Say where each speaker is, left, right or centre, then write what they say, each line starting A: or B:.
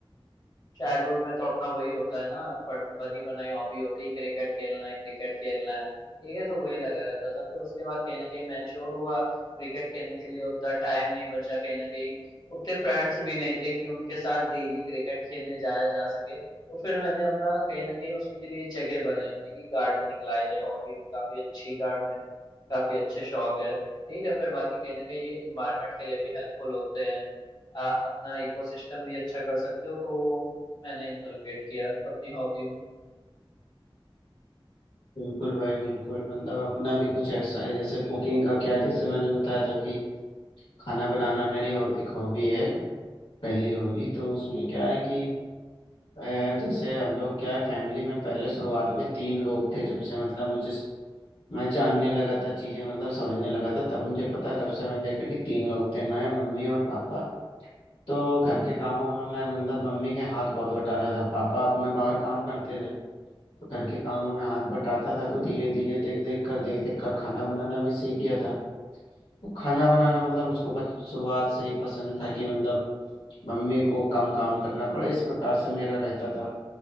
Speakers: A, on the left (about 50°); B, on the left (about 75°).
A: चाइल्डहुड में तो अपना वही होता है ना पर- बनी बनाई हॉबी होती है क्रिकेट खेलना है क्रिकेट खेलना है ठीक है तो वही लगा रहता था फिर उसके बाद कहीं ना कहीं मैच्योर हुआ क्रिकेट खेलने के लिए उतना टाइम नहीं बचा कहीं ना कहीं उतने फ्रेंड्स भी नहीं थे कि उनके साथ डेली क्रिकेट खेलने जाया जा सके तो फिर मैंने अपना कहीं ना कहीं उसके लिए जगह बनाई अपने की गार्डनिंग लाई जाए हॉबी में काफी अच्छी गार्डन काफी अच्छे शौक है ठीक है फिर बाकी कहीं ना कहीं ये इन्वायरमेंट के लिए भी हेल्पफुल होते हैं आ, अपना इकोसिस्टम भी अच्छा कर सकते हो तो वो मैंने इनकलकेट किया अपनी हॉबी में
B: बिल्कुल भाई बिल्कुल मतलब अपना भी कुछ ऐसा है जैसे कुकिंग का क्या है, जैसे मैंने बताया था कि खाना बनाना मेरी हो- एक हॉबी है पहली हॉबी तो उसमें क्या है कि अ, जैसे हम लोग क्या है फैमिली में पहले शुरुआत में तीन लोग थे जब से मतलब मुझे मैं जानने लगा था चीजें मतलब समझने लगा था तब मुझे पता तब से मैंने देखा कि तीन लोग थे मैं मम्मी और पापा तो घर के कामों में मैं मतलब मम्मी के हाथ बहुत बटाता था पापा अपना बाहर काम करते थे तो घर के कामों में हाथ बटाता था तो धीरे धीरे देख देख कर देख देख कर खाना बनाना भी सीख गया था तो खाना बनाना मतलब उसको बच शुरुआत से ही पसंद था कि मतलब मम्मी को कम काम करना पड़े इस प्रकार से मेरा रहता था